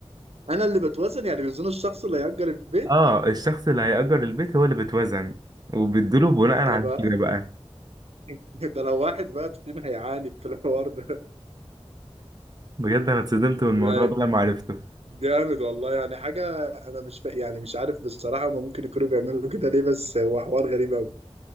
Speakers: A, on the right (about 70°); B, on the right (about 40°).
A: انا اللي بتوزن يعني بيوزنوا الشخص اللي هيأجر البيت
B: اه الشخص اللي هيأجر البيت هو اللي بيتوزن وبيدوله بناء
A: ده
B: على
A: بقى
B: كده بقى
A: <laughs> ده لو واحد بقى فينا هيعاني في الحوار ده <laughs>
B: بجد انا اتصدمت من الموضوع
A: لا
B: ده لما عرفته
A: جامد والله يعني حاجة انا مش فا... يعني مش عارف بصراحة ما ممكن يكونوا بيعملوا كده ليه بس هو حوار غريب قوي